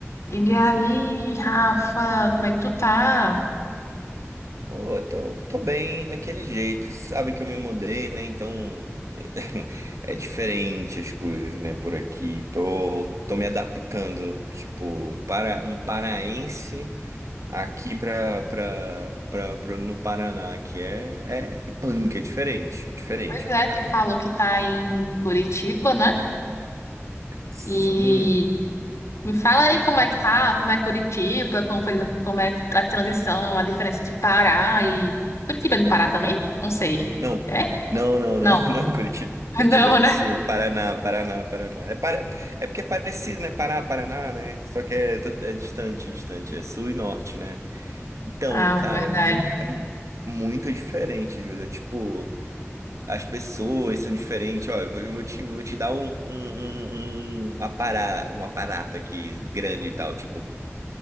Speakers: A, on the left; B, on the right.
A: E aí, Rafa, como é que tu tá?
B: Pô, tô, tô bem daquele jeito. Sabe que eu me mudei, né? Então <laughs> é diferente as coisas, né? Por aqui. Tô, tô me adaptando. Tipo, um, para, um paraense aqui pra, pra, pra, pro- no Paraná, que é, é punk, é diferente. É diferente
A: Pois
B: a
A: é,
B: parada.
A: tu falou que tá em Curitiba, né?
B: Sim,
A: E me fala aí como é que tá, como é Curitiba, como foi, como é a transição, a diferença de Pará e... Curitiba é no Pará também? Não sei.
B: Não, pa-
A: É?
B: não, não,
A: Não.
B: não, <laughs> não, Curitiba.
A: <laughs>
B: Curitiba
A: Não,
B: é no
A: né?
B: sul. Paraná, Paraná, Paraná. É, para... é porque é parecido, né? Pará, Paraná, né? Só que é, to- é distante, distante. É sul e norte, né? Então,
A: Ah,
B: cara,
A: verdade.
B: é muito, é mu- muito diferente, Júlia. Tipo, as pessoas são diferentes. Ó, eu vou eu vou te, eu vou te dar um, um, um, um, apara- um aparato aqui grande e tal. Tipo,